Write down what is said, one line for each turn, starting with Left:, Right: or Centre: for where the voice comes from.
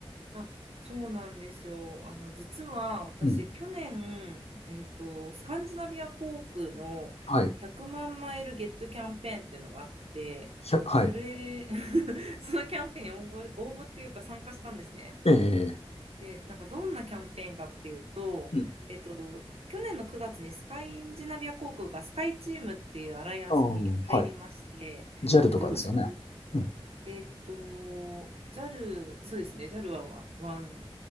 Right: あ、そうなんですよ。あの、実は私、
Left: うん。
Right: 去年、えっと、スカンジナビア航空の100万マイルゲットキャンペーンっていうのがあって、
Left: はい。ひゃはい。
Right: それ、<laughs> そのキャンペーンに応募、応募っていうか参加したんですね。
Left: ええ、
Right: で、なんかどんなキャンペーンかっていうと、
Left: うん。
Right: えっと、去年の9月にスカインジナビア航空がスカイチームっていうアライアンスに入りまして、
Left: ああはい。ジ a ルとかですよね。
Right: で、多分そこ
Left: うん。
Right: えーっと、JAL、そうですね、ジャルはワン、ワン、